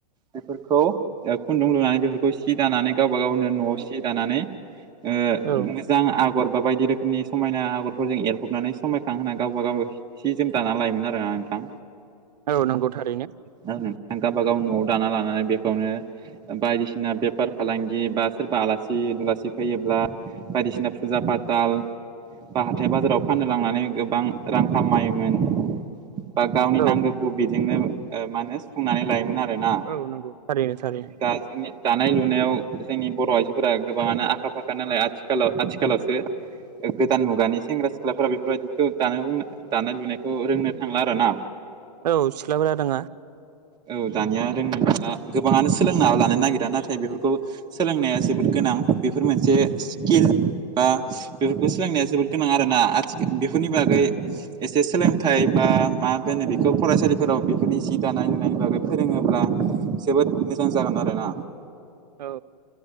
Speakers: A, on the right (about 20°); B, on the right (about 70°).
A: बेफोरखौ खुनदुं लुनानै बेफोरखौ सि दानानै गावब गावनो न'आव सि दानानै ओ आ ओ बिदिनो
B: औ
A: मोजां आगर बा बायदि रोखोमनि समायना आगरफोरजों एरफबनानै समायखांहा गावबा गाव दाना‌ लायोमोन आरोना नोंथां।
B: औ नंगौ थारैनो
A: नोंथां गावबाागाव न'आव दाना लानानै बेखौनो बायदिसिना बेफार फालांगि बा सोरबा आलासि दुलासि फैयोब्ला बायदिसिना फुजा फाथाल बा हाथाय बाजाराव फाननो लांनानै गोबां आ खामायोमोन बा गावनि
B: औ
A: नांगौखौ बेजोंनो माने सुफुंनानै लायोमोन आरोना ओ
B: औ नंगौ थारैनो थारैनो
A: ओ दा
B: ओ
A: जोंनिया दानाय लुनायाव जोंनि बर' आइजोफोरा गोबाङानो आखा फाखा नालाय आं आथिखालाव आथिखालावसो गोदान मुगानि सेंग्रा सिख्लाफोरा बेफोरबायदिखौ दानो लोंनाय दानाय लुनायखौ रोंनो थांला आरो ना
B: औ सिख्लाफोरा रोङाबा
A: औ दानिया रोंला गोबाङानो सोलोंना लानो नागिरा नाथाय बे ओ खौ सोलोंनाया जोबोद गोनां बेफोर मोनसे स्किल बा ओ बेफोरखौ सोलोंनाया जोबोद गोनां आरो ना आथिखाल बेफोरनि बागैबो एसे सोलोंथाइ बा मा होनो बेखौ फरायसालिफोराव बेफोरनि जि दानाय लुनायनि बागै फोरोङोब्ला जोबोद मोजां जागोन आरोना
B: औ